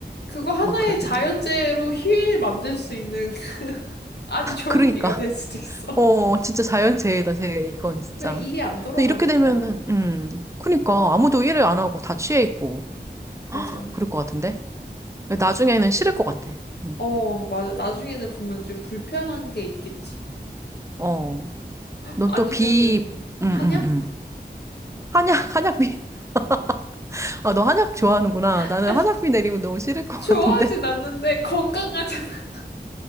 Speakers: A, on the left; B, on the right.
A: 그거 하나의
B: 막 그런
A: 자연재해로
B: 생각.
A: 휴일 만들 수 있는 <laughs> 아주 좋은
B: 그러니까.
A: 기회가 될 수도 있어.
B: 어, 진짜 자연재해다, 재해, 이건 진짜.
A: 그래, 일이 안 돌아가니까.
B: 근데 이렇게 되면은, 음, 그니까, 아무도 일을 안 하고 다 취해 있고,
A: 맞아.
B: 그럴 것 같은데? 나중에는 싫을 것 같아. 음.
A: 어, 맞아. 나중에는 분명 좀 불편한 게 있겠지.
B: 어, 넌
A: 아니면은,
B: 또 비, 음,
A: 한약?
B: 음, 음. 한약, 한약비. <laughs> 아, 너 한약 좋아하는구나.
A: <laughs>
B: 나는
A: 아니,
B: 한약비 내리면 너무 싫을 것
A: 좋아하진
B: 같은데?
A: 않는데 건강하잖아. <laughs>